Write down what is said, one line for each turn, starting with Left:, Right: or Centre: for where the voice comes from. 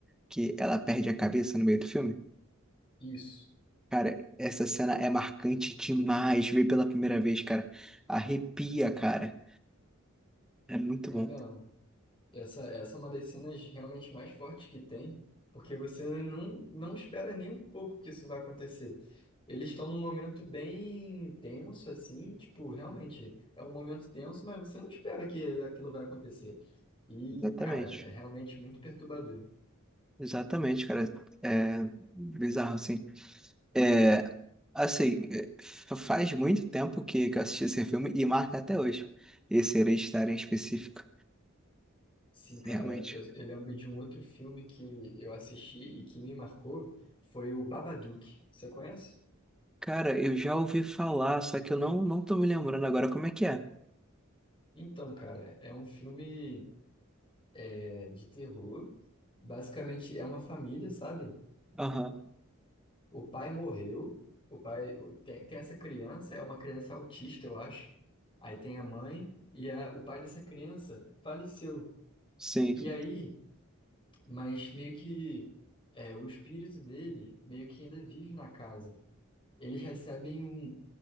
Centre: que ela perde a cabeça no meio do filme.
Left: Isso.
Centre: Cara, essa cena é marcante demais. Ver pela primeira vez, cara, arrepia, cara. É muito
Left: É
Centre: bom.
Left: mesmo. Essa, essa é uma das cenas realmente mais fortes que tem, porque você não, não espera nem um pouco que isso vai acontecer. Eles estão num momento bem tenso, assim, tipo, realmente é um momento tenso, mas você não espera que aquilo vai acontecer. E,
Centre: Exatamente.
Left: cara, é realmente muito perturbador.
Centre: Exatamente, cara. É bizarro, assim. É, assim, é, fa- faz muito tempo que que eu assisti esse filme e marca até hoje. Esse Hereditário em específico.
Left: Sim, cara,
Centre: Realmente.
Left: eu, eu lembro de um outro filme que eu assisti e que me marcou, foi o Babadook. Você conhece?
Centre: Cara, eu já ouvi falar, só que eu não, não tô me lembrando agora como é que é.
Left: Então, cara, é um filme é, de terror. Basicamente é uma família, sabe?
Centre: Aham,
Left: O pai morreu, o pai o- tem, tem essa criança, é uma criança autista, eu acho. Aí tem a mãe e a- o pai dessa criança faleceu.
Centre: sim,
Left: E
Centre: sim.
Left: aí, mas meio que é, o espírito dele meio que ainda vive na casa. Eles recebem um,